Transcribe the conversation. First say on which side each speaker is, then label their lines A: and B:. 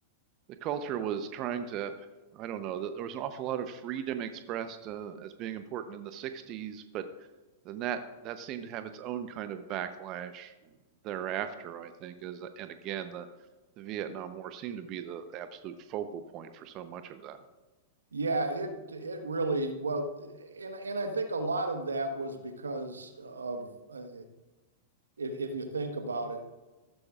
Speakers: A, on the right (about 40°); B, on the right (about 85°).
A: the culture was trying to I don't know, th- there was an awful lot of freedom expressed uh, as being important in the 60s, but then that that seemed to have its own kind of backlash thereafter, I think, is and again the the Vietnam War seemed to be the absolute focal point for so much of that.
B: Yeah, it it really well, and and I think a lot of that was because of uh, if if you think about it,